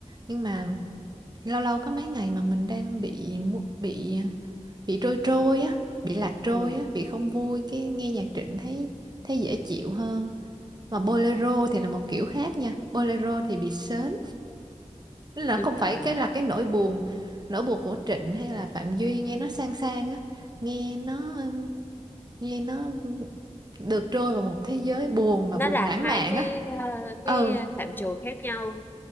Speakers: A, on the right; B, on the left.
A: nhưng mà lâu lâu có mấy ngày mà mình đang bị mu- bị bị trôi trôi á bị lạc trôi
B: ừ
A: á bị không vui cái nghe nhạc Trịnh thấy thấy dễ chịu hơn mà bolero thì là một kiểu khác nha bolero thì bị sến Tức là
B: đúng
A: không
B: rồi
A: phải cái là cái nỗi buồn nỗi buồn của Trịnh hay là Phạm Duy nghe nó sang sang á nghe nó ừm, nghe nó được trôi vào một thế giới buồn mà
B: nó
A: buồn
B: là
A: lãng
B: hai
A: mạn
B: cái
A: á
B: ờ,
A: ừ
B: cái phạm trù khác nhau